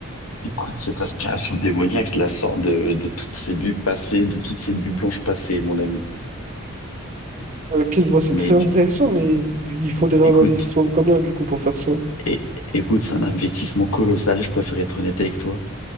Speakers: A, on the left; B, on the right.
A: Écoute, cette aspiration démoniaque, je la sors de, de toutes ces nuits passées, de toutes ces nuits blanches passées, mon ami.
B: Ok, je voix c'est
A: Mais
B: très
A: tu-
B: intéressant, mais il il faudrait un
A: écoute,
B: investissement de combien du coup pour faire ça?
A: é- écoute, c'est un investissement colossal, je préfère être honnête avec toi.